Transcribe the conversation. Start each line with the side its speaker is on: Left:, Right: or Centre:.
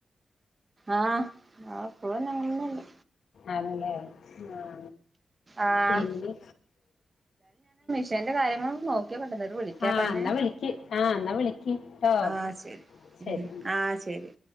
Right: ആഹ് ആപ്പഴ ഞങ്ങളൊന്നല്ല.
Left: ആണ് ല്ലേ ആഹാ
Right: ആഹ്
Left: പിന്നെ.
Right: ന്റെ കാര്യങ്ങള് നോക്കി. നോക്കിയിക്കട്ടെ എന്നിട്ട് വിളിക്കാട്ടന്നെ
Left: ആ എന്നാ വിളിക്ക് ആ എന്നാ വിളിക്ക് കേട്ടോ
Right: ആഹ ശരി
Left: ശരി
Right: ഉം ആഹ ശരി.